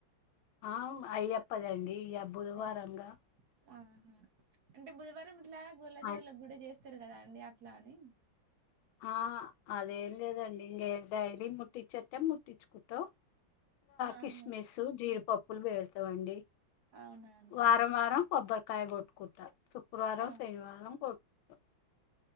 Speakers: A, on the left; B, on the right.
A: ఆ అయ్యప్ప దండి ఇయా బుధవారం
B: అయ్యప్ప.
A: గా
B: ఆహా అంటే బుధవారం ఇట్లా గుళ్ళో దేవులకు
A: అన్
B: కూడా చే స్తారు కదా అండి అట్లా అని
A: ఆ అదేం లేదండి ఇంక డైలీ ముట్టిచ్చెట్ట ముటిచ్చు కుంటం
B: ఆహా!
A: కిస్మిస్ జీడిప ప్పులు వెడతాం అండి
B: అవునా అండి.
A: వారం వారం కొబ్బరికాయ కొట్టుకుంటా శుక్రవారం
B: ఆ!
A: శనివారం కొట్టుకుంటా